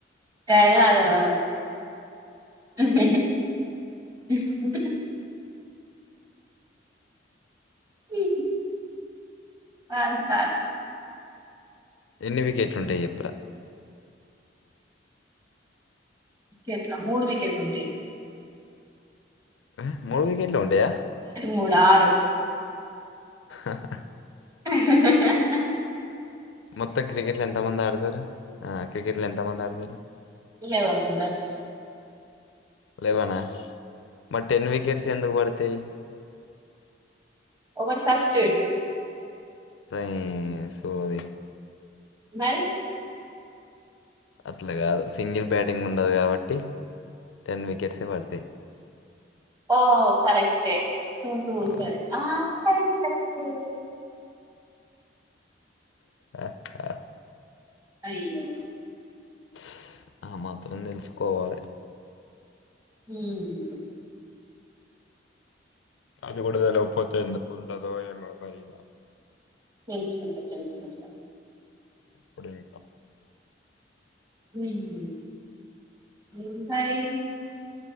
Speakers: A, on the right (about 20°); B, on the left (about 85°).
A: కయిన్ నా తెల్ వాద్ ఉహ్ ఉహ్ హు హు పాన్ సార్
B: ఎన్ని వికెట్లుంటాయి చెప్పురా
A: వికెట్లా మూడు వికెట్లు ఉంటాయి
B: వ్య మూడ్ వికెట్లే ఉంటయ
A: మూడ్ ఆర్
B: ఆహ్ హ్
A: హుహ్ హ్ హు
B: మొత్తం క్రికెట్ లో ఎంత మంది ఆడతారు ఆ క్రికెట్ లో ఎంత మంది ఆడతారు
A: లేవేన్ మెంబెర్స్
B: లేవనా మర్ టెన్ వికెట్స్ ఎందుక్ పడ్ తయ్
A: ఒకటి సస్టడ్
B: తేయ్ సోది
A: మరి
B: అట్లా గాదు సింగిల్ బ్యాటింగ్ ఉండద్ గబట్టి టెన్ వికెట్సే పడతాయి
A: ఓ కరెక్టే టు టు ఉంటర్
B: ఆ
A: ఆ కరెక్ట్ కరెక్టే
B: ఆ ఆ
A: అయ్యె
B: సూ ఆ మాత్రం తేల్స్ కోవాలే
A: ఉమ్
B: అది గూడ తేలక్పోతే ఎందుకుంటరో ఏమోరయ్య
A: తెల్సుకుంటా తెల్సుకుంటా
B: ఎప్పుడింకా
A: ఉమ్ ఇంకా ఎంది